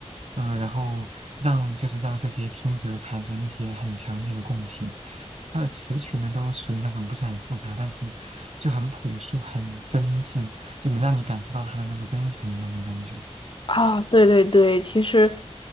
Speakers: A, on the right (about 70°); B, on the left (about 50°).
A: 嗯、然后让就是让这些听者产生一些很强烈的共情。他的词曲呢，都属于那种不是很复杂，但是就很朴素、很真挚，就能让你感受到他的那个真诚那种感觉。
B: 啊，对对对，其实